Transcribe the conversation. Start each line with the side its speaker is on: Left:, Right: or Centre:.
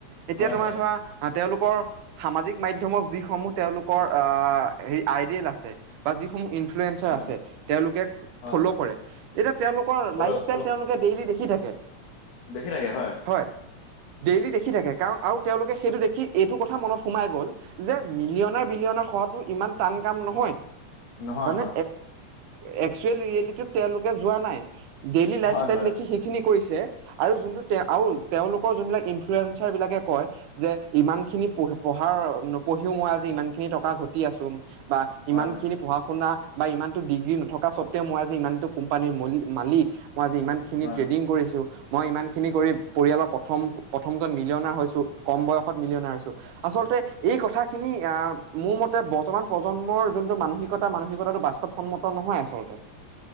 Right: এতিয়া
Left: হয়
Right: তোমাৰ
Left: হয় হয় হয়
Right: ধৰা আহ তেওঁলোকৰ সামাজিক মাধ্যমৰ যিসমূহ তেওঁলোকৰ আহ হেৰি আইডিয়েল আছে বা যিসমূহ ইনফ্লুৱেঞ্চাৰ
Left: হয়
Right: আছে তেওঁলোকে ফ'ল'
Left: হয় হয়
Right: কৰে তেতিয়া তেওঁলোকৰ
Left: ফল
Right: লাইফষ্টাইল
Left: ফল
Right: তেওঁলোকে ডেইলি দেখি থাকে।
Left: দেখি থাকে হয়।
Right: হয়, ডেইলি দেখি থাকে কাৰণ আৰু তেওঁলোকে সেইটো দেখি এইটো কথা মনত সোমাই গ'ল। যে মিলিয়নৰ বিলিয়নৰ হোৱা ইমান টান কাম নহয়
Left: নহয়
Right: মানে
Left: হয়
Right: একচুৱেল ৰিয়েলিটি তেওঁলোকে যোৱা নাই ডেইলি লাইফ
Left: হয়
Right: ষ্টাইল
Left: হয়
Right: দেখি সেইখিনি কৰিছে। আৰু যোনটো আৰু তেওঁলোকৰ যোন বিলাক ইনফ্লুৱেঞ্চাৰ বিলাকে কয় যে ইমান খিনি পঢ়াৰ নপঢ়িও, মই আজি ইমান খিনি টকা ঘটি আছোঁ বা
Left: হয়
Right: ইমানখিনি পঢ়া শুনা বা ইমানটো ডিগ্ৰী নথকা স্বত্বেও, মই আজি ইমানটো কোম্পানীৰ মালিক, মই আজি ইমান খিনি
Left: হয়
Right: ট্ৰেডিং
Left: হয়
Right: কৰিছোঁ মই ইমানখিনি কৰি পৰিয়ালৰ প্ৰথম প্ৰথমজন মিলিঅনাৰ হৈছোঁ কম বয়সত মিলিঅনাৰ হৈছোঁ আচলতে এই কথাখিনি আ, মোৰ মতে বৰ্তমান প্ৰজন্মৰ যোনটো মানসিকতা মানসিকতাটো বাস্তৱ সন্মত নহয় আচলতে।